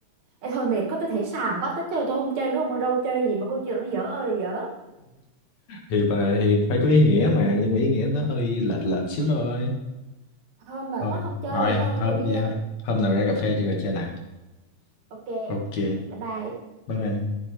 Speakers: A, on the right; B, on the left.
A: Ê, thôi mệt có tôi thấy xàm quá tất trời tôi không chơi với ông ở đâu chơi gì mà câu chuyện nó dở ơi là dở
B: thì phải thì phải có ý nghĩa mà nhưng mà ý nghĩa nó hơi lệch lệch xíu thôi
A: thôi mệt
B: thôi
A: quá không chơi
B: thôi
A: nữa thôi
B: hôm
A: tôi đi
B: vậy
A: đây
B: thôi hôm nào ra cà phê đi rồi chơi lại
A: ok
B: ok
A: ừ, bye bye
B: bye bye